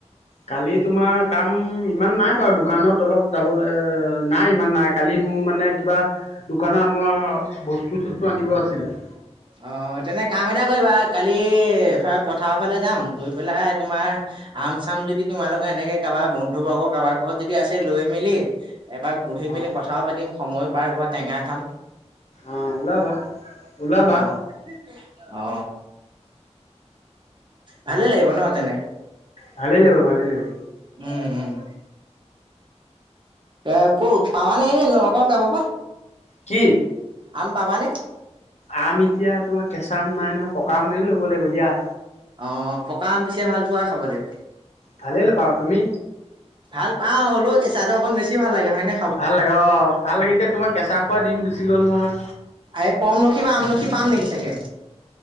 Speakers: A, on the left; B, on the right.
A: কালি তোমাৰ কাম ইমান নাই বাৰু দোকানত অলপ যাবলৈ নাই ইমান নাই। কালি মোৰ মানে কিবা, দোকানত আমাৰ বস্তু-চস্তু আনিব আছিলে।
B: অ, তেন্তে কাম এটা কৰিবা কালি এফালে পথাৰৰ ফালে যাম। গৈ পেলাই, তোমাৰ আম-চাম যদি তোমালোকৰ এনেকে কাৰবাৰ বন্ধুবৰ্গৰ কাৰবাৰ ঘৰত যদি আছে, লৈ মেলি এপাক বহি মেলি
A: অঁ
B: কথাও পাতিম, সময়ো পাৰি হ'ব টেঙা খাম।
A: অহ, ওলাবা। ওলাবা
B: অহ, অ, ভালেই লাগিব ন, তেনে?
A: ভালে লাগিব, ভালে লাগিব।
B: উম, উম, এ, ক'ত পাবা নে এনে লগৰ কাবাৰ পৰা?
A: কি?
B: আম পাবানে?
A: আম এতিয়া তোমাৰ কেঁচা আম নাই নহয়, পকা আম ল'ব লাগিব দিয়া।
B: অ, পকা আম, পিছে ভাল পোৱা খাবলৈ?
A: ভালেই পাওঁ, তুমি?
B: ভাল পাওঁ, হ'লেও কেঁচাটো অকণ বেছি ভাল লাগে, হয় নে?
A: ভাল লাগে অ, ভাল লাগে এতিয়া তোমাৰ কেঁচা খোৱা দিম গুচি গ'ল নহয়।
B: এই পৰমলখি বা আমলখি পাম নেকি চাগে?